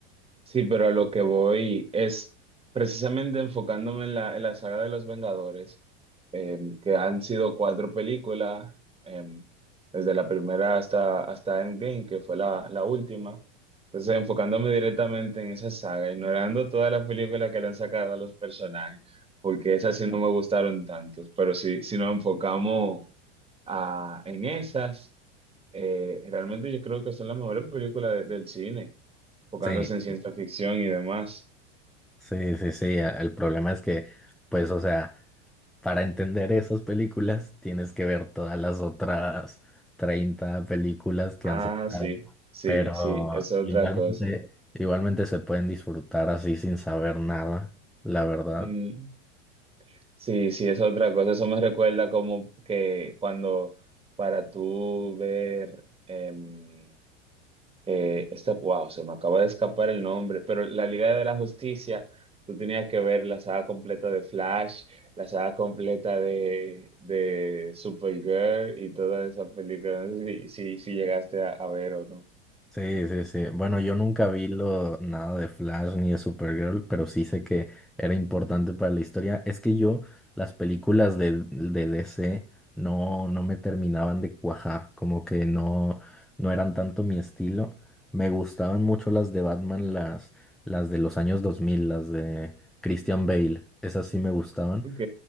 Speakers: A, on the right; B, in the centre.
A: Sí, pero a lo que voy es precisamente enfocándome en la, en la saga de los Vengadores, em, que han sido cuatro películas, em, desde la primera hasta, hasta Endgame, que fue la, la última. Entonces, enfocándome directamente en esa saga, ignorando todas las películas que le han sacado a los personajes, porque esas sí no me gustaron tantos, pero si, si nos enfocamos a- en esas. Eh, realmente yo creo que son las mejores películas de- del cine, enfocándose
B: Sí,
A: en ciencia ficción y demás.
B: sí, sí, sí. El problema es que, pues, o sea... para entender esas películas, tienes que ver todas las otras 30 películas que han
A: Ah,
B: sacado.
A: sí, sí,
B: Pero
A: sí, es otra
B: igualmente,
A: cosa.
B: igualmente se pueden disfrutar así sin saber nada, la verdad.
A: Mm, sí, sí, es otra cosa. Eso me recuerda como que cuando para tú ver em, Eh, esta, wow, se me acaba de escapar el nombre, pero la Liga de la Justicia, tú tenías que ver la saga completa de Flash, la saga completa de, de Supergirl y toda esa película. No sé si, si, si llegaste a, a ver o no.
B: Sí, sí, sí. Bueno, yo nunca vi lo, nada de Flash ni de Supergirl, pero sí sé que era importante para la historia. Es que yo, las películas de, de DC no, no me terminaban de cuajar, como que no, no eran tanto mi estilo. Me gustaban mucho las de Batman, las, las de los años 2000, las de Christian Bale, esas sí me gustaban,
A: Ok,